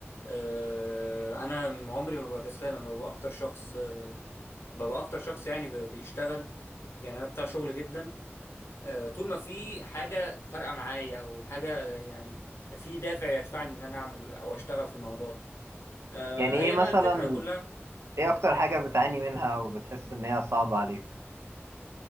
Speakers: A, on the left; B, on the right.
A: آه انا عمري ما ببقى كسلان انا ببقى اكتر شخص آه ببقى اكتر شخص يعني ب- بيشتغل يعني انا بتاع شغل جدا آه طول ما في حاجه فارقه معايا او حاجه آه، يعني في دافع يدفعني ان انا اعمل او اشتغل في الموضوع ده آه،
B: يعني
A: هي
B: إيه مثلا
A: بقى الفكرة كلها
B: إيه أكتر حاجة بتعاني منها وبتحس إن هي صعبة عليك؟